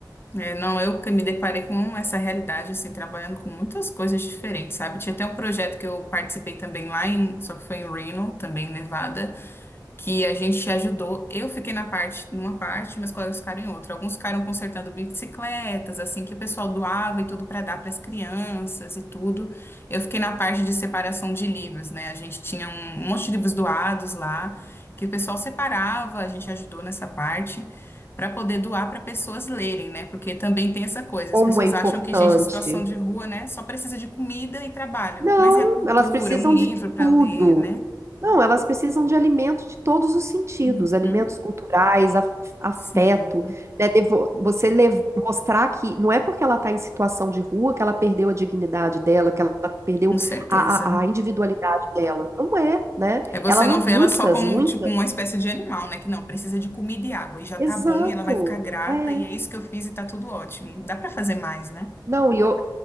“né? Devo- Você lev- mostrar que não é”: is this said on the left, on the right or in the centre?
Right